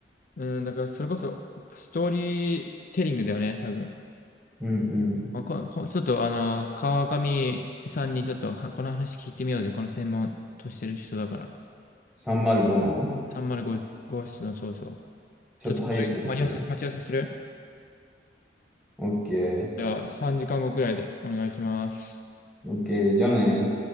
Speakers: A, on the left; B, in the centre.
A: うん。うん、だからそれこそ、ストーリーテリングだよね、多分。
B: うんうん。
A: あここちょっとあの、川上さんにちょっとはこの話聞いてみようぜ。この専門としてる人だから。
B: 305の
A: 305号室のそうそう。
B: ちょっとハゲてる人。
A: ちょっとこれ、待ち合わせ、待ち合わせする
B: オッケー。
A: じゃあ3時間後くらいでお願いします。
B: オッケー。じゃあね。